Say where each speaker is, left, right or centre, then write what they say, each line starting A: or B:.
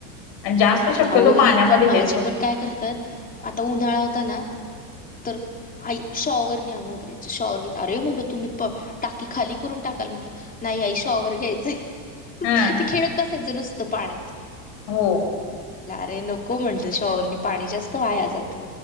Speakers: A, on the left; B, on the left.
A: आणि जास्त शक्यतो
B: अहो
A: पाण्यामध्ये
B: ही पण माझी
A: लय
B: पण काय करतात आता उन्हाळा होता ना तर आई शॉवर ने आंघोळ करायच शॉवर करायचे, अरे म्हटल तुम्ही प टाकी खाली करून टाकाल म्हटलं नाही आई शॉवर घ्यायचय
A: हा
B: ते खेळत बसायचं नुसतं पाण्यात.
A: हो.
B: ते नको म्हणलं शाँवर ने पाणी जास्त वाया जात